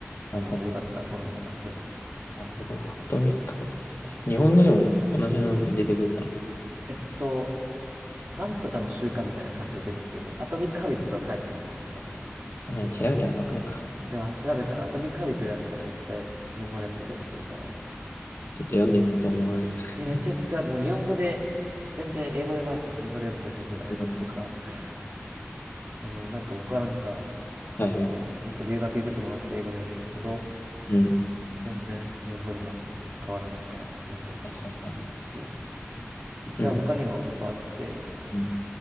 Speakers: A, on the right; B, on the left.
A: あの、
B: はいはい。
A: 良かった本の中の一つですね。
B: なるほど。アトミックハビッツ。日本語でも同じので出てくるか
A: えっと、なんとかの習慣みたいな感じで出てきてて、アトミックハビッツとは書いてなかった気がする。
B: な。まあ、調べたらわかるか。
A: あ調べたら、アトミックハビッツだったら絶対日本語のやつも出てくるから、
B: ちょっと読んでみようと思います。
A: え、めちゃくちゃ、もう日本語で、全然英語で読まなくても日本語で読めば全然大丈夫と思うから、
B: <laughs> うん、
A: <laughs> あの、なんか僕はなんか、
B: はいはい。
A: そう、なんか留学行くってのもあって英語で読んでるけど、
B: うん、
A: 全然日本語でも変わらないから読んでみほしいなって思うし、
B: はいはい。
A: いっぱい他にもいっぱいあって、
B: うん、うん。